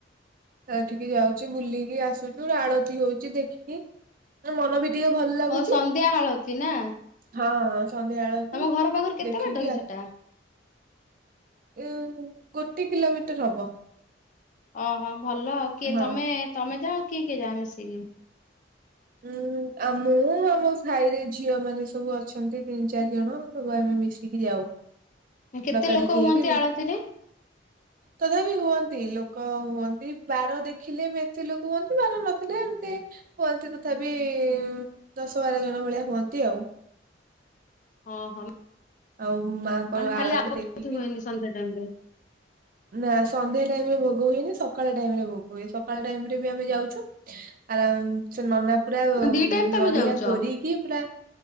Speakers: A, on the right; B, on the left.
A: ସେଠିକି ଯାଉଛି ବୁଲିକି ଆସ୍ ଗୋଟ ଆଳତି ହଉଛି ଦେଖିକି ମ ମନ ବି ଟିକେ ଭଲ ଲାଗୁଛି।
B: ହଉ ସନ୍ଧ୍ୟା ହାଳତି ନା
A: ହଁ ସନ୍ଧ୍ୟାବେଳଛି
B: ତମ ଘର ପାଖରୁ କେତେ
A: ଦେଖିକି
B: ବାଟ କି
A: ଆ।
B: ସେଟା?
A: ଉ ଗୋଟେ କିଲୋମିଟର ହବ।
B: ଓହୋ ଭଲ ଆଉ କିଏ
A: ହଁ।
B: ତମେ ତମେ ଯାଅ କିଏ କିଏ ଯାଅ ମିଶିକି?
A: ଉୁଁ ଆ ମୁଁ ଆମ ସାାଇ ରେ ଝିଅ ମାନେ ସବୁ ଅ ଛନ୍ତି ତିନି ଚାରି ଜଣ ସବୁ ଆମେ ମିଶିକି ଯାଉ।
B: କେତେ
A: ଡକା
B: ଲୋକ
A: ଡକି ହେଇକି
B: ହୁଅନ୍ତି
A: ମି
B: ଆଳତିରେ?
A: ତଥାପି ହୁଅନ୍ତି ଲୋକ ହୁଅନ୍ତି ବାର ଦେଖିଲେ ଏତେ ଲୋକ ହୁଅନ୍ତି ବାର ନଥିଲେ ଏମିତି। ହୁଅନ୍ତି ତଥାପି ଦଶ ବାର ଜଣ ଭଳିଆ ହୁଅନ୍ତି ଆଉ।
B: ହଁ ହଁ।
A: ଆଉ ମାଆଙ୍କର
B: ମାନେ ଖାଲି
A: ଆଳତି
B: ଆଉ
A: ଦେଖିକି
B: କିଛି ହୁଏନି ସନ୍ଧ୍ୟା ଟାଇମ
A: ନା ସନ୍ଧ୍ୟା ଟାଇମ ରେ ଭୋଗ ହୁଏନି ସକାଳ ଟାଇମ ରେ ଭୋଗ ହୁଏ ସକାଳ ଟାଇମ ରେ ବି ଆମେ ଯାଉଛୁ। ଆରାମ ସେ ନନା ପୁରା
B: ରେ ଦି ଟାଇମ ତମେ
A: ନଡିଆ
B: ଯାଉଛ
A: କରିକି ପୁରା